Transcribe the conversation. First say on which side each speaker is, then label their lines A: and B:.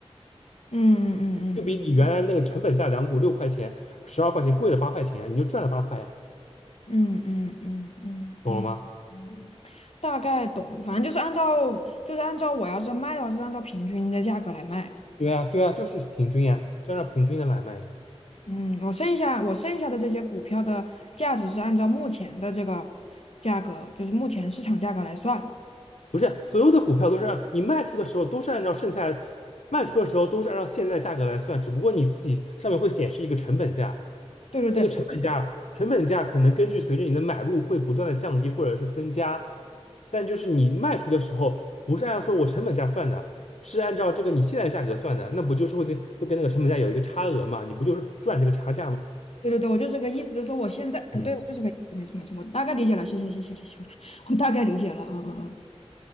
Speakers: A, on the left (about 70°); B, on the left (about 85°).
A: 嗯嗯嗯嗯
B: 就比你原来那个成本价两股六块钱、十二块钱贵了八块钱呀，你就赚了八块呀，
A: 嗯嗯嗯嗯
B: 懂了吗？
A: 嗯，大概懂，反正就是按照就是按照我要是卖的话，是按照平均的价格来卖。
B: 对呀，对呀，就是平均呀，就按照平均的来卖呀。
A: 嗯，我剩下我剩下的这些股票的价值是按照目前的这个价格，就是目前市场价格来算。
B: 不是所有的股票都是按你卖出的时候都是按照剩下卖出的时候都是按照现在价格来算，只不过你自己上面会显示一个成本价。
A: 对对对
B: 那个成本价，成本价可能根据随着你的买入会不断的降低或者是增加，但就是你卖出的时候不是按照说我成本价算的，是按照这个你现在价格算的，那不就是会跟会跟那个成本价有一个差额嘛？你不就是赚这个差价吗？
A: 对对对，我就这个意思，就是说我现在，呃，
B: 嗯
A: 对，我就这个意思，没错没错，我大概理解了，谢谢谢谢谢谢，我 <laughs> 我大概理解了，嗯嗯嗯。